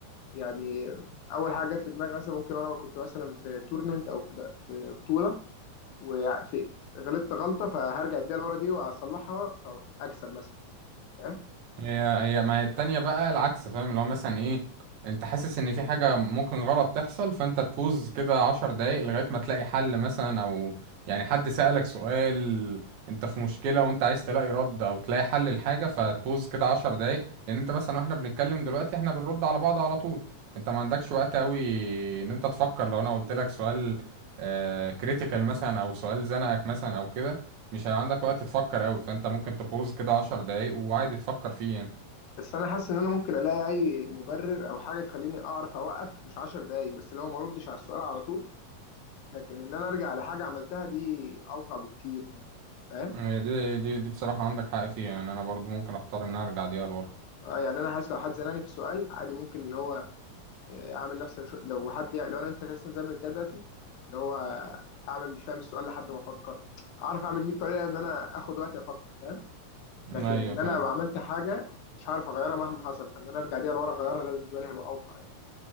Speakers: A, on the left (about 75°); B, on the right (about 65°).
A: يعني اول حاجه جت في دماغي مثلا ممكن وانا كنت مثلا في تورنمنت او في في بطوله وفي غلطت غلطه فهرجع اديها لورا دي واصلحها فاكسب مثلا فاهم
B: هي هي ما هي التانية بقى العكس فاهم اللي هو مثلا ايه انت حاسس ان في حاجة ممكن غلط تحصل فانت تفوز كده عشر دقايق لغاية ما تلاقي حل مثلا او يعني حد سألك سؤال انت في مشكلة وانت عايز تلاقي رد او تلاقي حل الحاجة فتبوظ كده عشر دقايق لان انت مثلا واحنا بنتكلم دلوقتي احنا بنرد على بعض على طول انت ما عندكش وقت قوي ان انت تفكر لو انا قلت لك سؤال كريتيكال مثلا او سؤال زنقك مثلا او كده مش هيبقى عندك وقت تفكر قوي فانت ممكن تبوظ كده عشر دقايق وعادي تفكر فيه يعني
A: بس انا حاسس ان انا ممكن الاقي اي مبرر او حاجه تخليني اعرف اوقف مش 10 دقايق بس اللي هو ما اردش على السؤال على طول لكن ان انا ارجع لحاجه عملتها دي اوقع بكتير يعني فاهم
B: هي دي دي دي بصراحة عندك حق فيها يعني انا برضو ممكن اختار ان أنا ارجع دقيقة لورا
A: اه يعني انا حاسس لو حد زنقني بسؤال عادي ممكن اللي هو آه، اعمل نفسي مش... لو حد لو انا انت مثلا زي ما بنتكلم دلوقتي اللي هو اعمل مش فاهم السؤال لحد ما افكر هعرف اعمل 100 طريقه ان انا اخد وقتي افكر فاهم لكن
B: ايوه
A: ان
B: فاهم
A: انا ابقى عملت حاجه مش هعرف اغيرها مهما حصل فان انا ارجع دي لورا اغيرها ده بالنسبه لي هيبقى اوقع يعني